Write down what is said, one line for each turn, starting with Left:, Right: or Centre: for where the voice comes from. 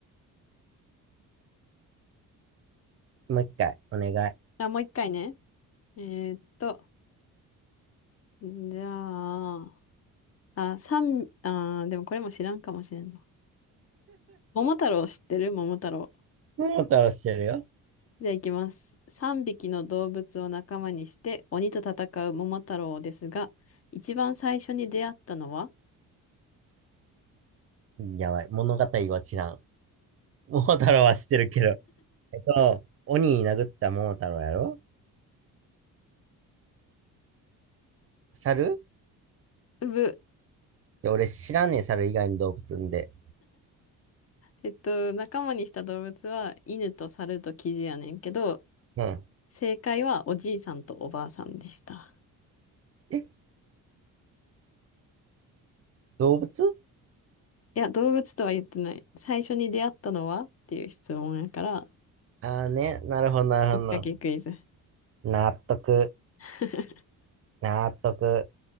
Right: もう一回、お願い。
Left: あ、もう一回ね。えーっと、じゃあ、あ、三、あー、でもこれも知らんかもしれんな。桃太郎知ってる桃太郎。
Right: 桃太郎してるよ。
Left: じゃあ行きます。3匹の動物を仲間にして鬼と戦う桃太郎ですが、一番最初に出会ったのは、
Right: やばい。物語は知らん。<laughs> 桃太郎は知ってるけど。えっと、鬼に殴った桃太郎やろ猿
Left: うぶ。
Right: で俺知らんねえ、猿以外の動物んで。
Left: えっと、仲間にした動物は犬と猿とキジやねんけど、
Right: うん。
Left: 正解はおじいさんとおばあさんでした。
Right: え、動物
Left: いや、動物とは言ってない。最初に出会ったのはっていう質問やから、
Right: ああーね。なるほど、なるほど。
Left: きっかけクイズ。
Right: 納得。
Left: <laughs>
Right: 納得。